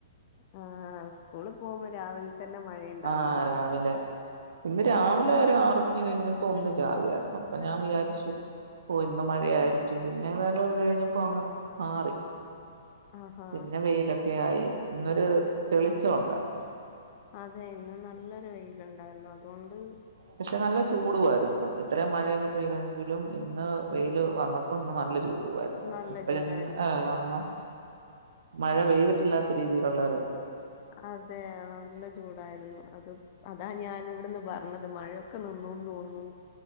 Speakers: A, on the left; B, on the right.
A: ആ് സ്കൂളിൽ പോകുമ്പോ രാവിലെ തന്നെ മഴയണ്ടാവും
B: ആഹ് രാവിലെ ഇന്ന് രാവിലെ ഒരു ആറ് മണി കഴിഞ്ഞപ്പോ ഒന്ന് ചാറിയായിരുന്നു. അപ്പൊ ഞാൻ വിചാരിച്ചു ഓ ഇന്ന് മഴയായിരിക്കും പിന്നെ ഏതായാലും അത് കഴിഞ്ഞപ്പോ അങ്ങ് മാറി
A: ആഹാ
B: പിന്നെ വെയിലൊക്കെ ആയി ഇന്നൊരു തെളിച്ചം ഉണ്ടായിരുന്നു
A: അതെ യിന്ന് നല്ലൊരു വെയില ഉണ്ടായിരുന്നു അതുണ്ട്
B: പക്ഷെ നല്ല ചൂടുവായിരുന്നു എത്ര മഴ പെയ്തെങ്കിലും ഇന്ന് വെയിൽ വന്നപ്പോ ഇന്ന് നല്ല ചൂ ടായിരുന്നു.
A: നല്ല
B: ഇപ്പഴ്
A: ചൂടായിരുന്നു അത്
B: അമ്മ മഴ പെയ്തിട്ടില്ലാത്ത രീതിയിലുള്ളര്
A: അതെ നല്ല ചൂടായിരുന്നു അത് അതാ ഞാൻ ഇവിടുന്ന് പറഞ്ഞത് മഴയൊക്കെ നിന്ന തോന്നുന്നു